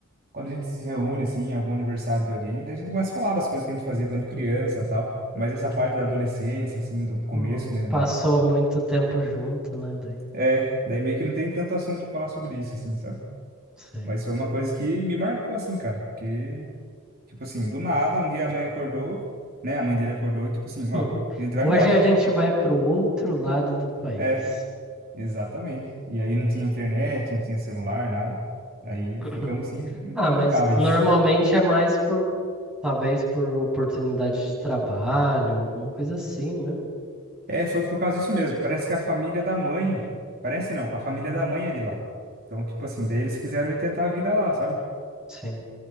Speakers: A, on the right; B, in the centre.
A: quando a gente se reúne, assim, em algum aniversário de alguém, daí a gente começa a falar das coisas que a gente fazia quando criança e tal. Mas essa parte da adolescência, assim, do começo,
B: Não
A: né,
B: passou
A: da
B: muito tempo junto, né, daí.
A: É, daí meio que não tem tanto assunto pra falar sobre isso, assim, sabe?
B: Sei.
A: Mas foi uma coisa que me marcou, assim, cara. que tipo assim, do nada, um dia a mãe acordou, né? A mãe dele acordou, e tipo assim, ó,
B: Hum.
A: a gente vai
B: Hoje
A: embora.
B: a gente vai para o outro lado do país.
A: É, exatamente. E aí não tinha internet, não tinha celular, nada. Aí
B: <clears throat>
A: ficamos, assim, incomunicáveis.
B: Ah, mas normalmente é mais por, talvez por oportunidade de trabalho, alguma coisa assim, né?
A: É, foi por causa disso mesmo. Parece que a família da mãe. Parece não, a família da mãe é de lá. Então, tipo assim, daí eles quiseram tentar a vida lá, sabe?
B: Sim.